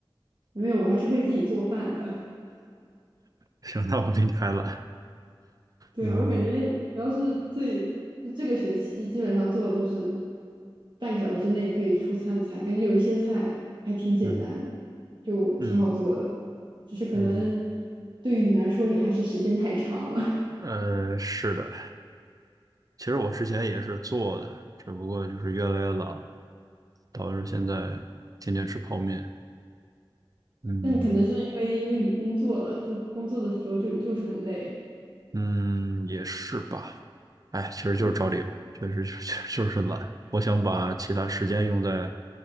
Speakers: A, on the right; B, on the right.
A: 没有，我还是会自己做饭的。
B: 行，那我比你还懒，
A: 对啊，
B: 嗯
A: 我感觉主要是这就这个学期基本上做的都是半个小时之内可以出餐的菜，感觉有一些菜还挺简单的，
B: 嗯
A: 就挺好做的。
B: 嗯
A: 只是可能
B: 嗯，
A: 对于你来说也还是时间太长了，
B: 呃，是的。其实我之前也是做的，只不过就是越来越懒了。导致现在天天吃泡面。
A: <laughs>
B: 嗯
A: 但可能是因为因为你工作了，就工作的时候就就是很累。
B: 嗯，也是吧。哎，其实就是找理由，
A: 对，
B: 确实就实 <laughs> 就是懒。我想把其他时间用在，